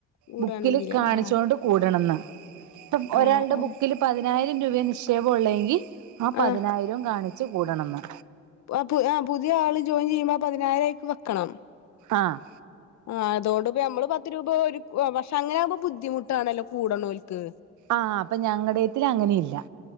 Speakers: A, on the left; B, on the right.
A: കൂടാണെങ്കില്
B: ബുക്കില് കാണിച്ചോണ്ട്
A: ആ
B: കൂടണന്ന് ഇപ്പം
A: ആ
B: ഒരാളുടെ
A: ആ
B: ബുക്കില് പതിനായിരം രൂപയാ നിക്ഷേപം ഒള്ളെയെങ്കി ആഹ് പതിനായിരോം
A: ആ
B: കാണിച്ച് കൂടണന്ന്
A: ആഹ് പുതിയ ആള് ജോയിൻ ചെയ്യുമ്പോ ആ പതിനായിരയിക്ക് വെക്കണം
B: ആഹ്
A: ആഹ് അതുകൊണ്ട് ഇപ്പ നമ്മള് പത്ത് രൂപ ഒരു പക്ഷെ അങ്ങനെ ആകുമ്പോ ബുദ്ധിമുട്ടാണല്ലോ കൂടണോൽക്ക്
B: ആഹ് അപ്പൊ ഞങ്ങടെത്തില് അങ്ങനെ ഒന്നും ഇല്ലാ